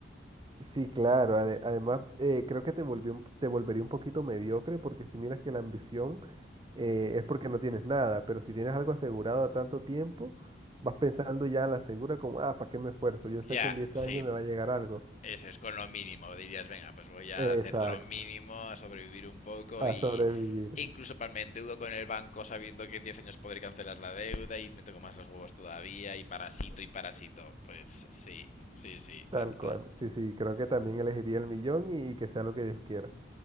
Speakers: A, on the right; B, on the left.
A: sí, claro, ade- además eh, creo que te volvió un- te volvería un poquito mediocre, porque si miras que la ambición eh, es porque no tienes nada, pero si tienes algo asegurado a tanto tiempo, vas pensando ya a la segura como, ah, ¿para qué me esfuerzo? Yo
B: Ya,
A: sé que en 10
B: sí.
A: años me va a llegar algo.
B: Eso es, con lo mínimo, dirías, venga, pues voy a
A: Exacto,
B: hacer lo mínimo, a sobrevivir un poco
A: a
B: y
A: sobrevivir,
B: e incluso para me endeudo con el banco sabiendo que en 10 años podré cancelar la deuda y me toco más los huevos todavía y parasito y parasito. Pues sí, sí,
A: <laughs>
B: sí,
A: tal
B: ta-
A: cual.
B: ta-
A: Sí, sí, creo que también elegiría el millón y, que sea lo que Dios quiera.